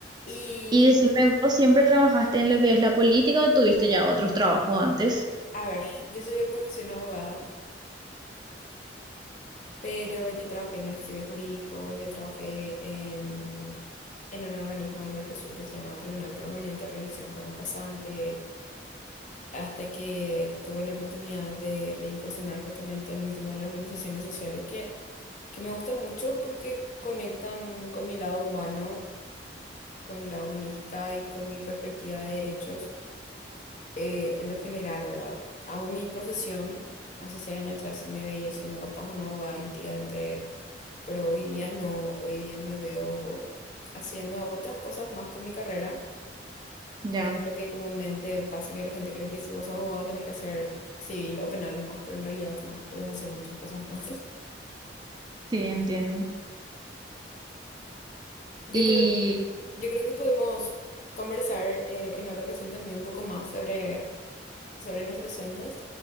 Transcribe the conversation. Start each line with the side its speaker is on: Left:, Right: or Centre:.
Left: Y,
Right: Y decime, ¿vos siempre trabajaste en lo que es la política o tuviste ya otros trabajos antes?
Left: a ver, yo soy de profesión abogada, pero ya trabajé en un estudio jurídico, ya trabajé en, en un organismo del Mercosur que se llama Tribunal Permanente de Revisión como pasante, hasta que tuve la oportunidad de, de incursionar justamente en el tema de las organizaciones sociales, que que me gusta mucho porque conectan con mi lado humano, con mi lado humanista y con mi perspectiva de derechos eh, en lo general, ¿verdad? Amo mi profesión. Hace seis años atrás sí me veía siendo capaz una abogada litigante, pero hoy día no. Hoy día me veo haciendo otras cosas más con mi carrera,
Right: Ya,
Left: que es lo que comúnmente pasa que la gente cree que si vos sos abogado tenés que hacer civil o penal nomás, pero en realidad no, podés hacer muchas cosas más. <laughs>
Right: sí, entiendo.
Left: Yo
Right: Y
Left: creo Yo creo que podemos conversar eh, en otra ocasión también un poco más sobre, sobre nuestros sueños.